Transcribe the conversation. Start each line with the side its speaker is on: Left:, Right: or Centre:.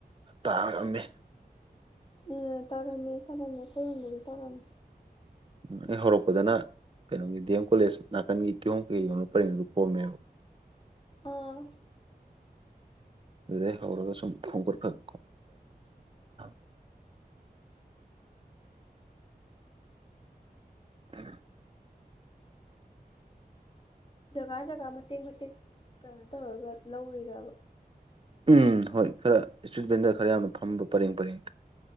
Right: ꯇꯥꯔꯛꯑꯝꯃꯦ
Left: ꯎꯝ ꯇꯧꯔꯝꯃꯦ ꯇꯧꯔꯝꯃꯦ ꯈꯣꯏ ꯌꯨꯝꯗꯁꯨ ꯇꯧꯔꯝꯃꯦ
Right: ꯎꯝ ꯑꯩ ꯍꯧꯔꯛꯄꯗꯅ ꯀꯩꯅꯣꯒꯤ ꯗꯤ ꯑꯦꯝ ꯀꯣꯂꯦꯖ ꯅꯥꯀꯟꯒꯤ ꯀꯤꯍꯣꯝ ꯀꯩ ꯌꯣꯟꯕ ꯄꯔꯤꯡꯗꯨꯗ ꯈꯣꯝꯃꯦꯕꯀꯣ
Left: ꯑꯥ
Right: ꯑꯗꯨꯗꯩ ꯍꯧꯔꯒ ꯁꯨꯝ ꯈꯣꯡꯀꯠ <unintelligible> ꯎ
Left: ꯖꯒꯥ ꯖꯒꯥ ꯃꯇꯦꯛ ꯃꯇꯦꯛ ꯀꯩꯅꯣ ꯇꯧꯔꯒ ꯂꯧꯔꯤꯔꯕ
Right: ꯎꯝ ꯍꯣꯏ ꯈꯔ ꯏꯁꯇ꯭ꯔꯤꯠ ꯚꯦꯟꯗꯔ ꯈꯔ ꯌꯥꯝꯅ ꯐꯝꯕ ꯄꯔꯦꯡ ꯄꯔꯦꯡ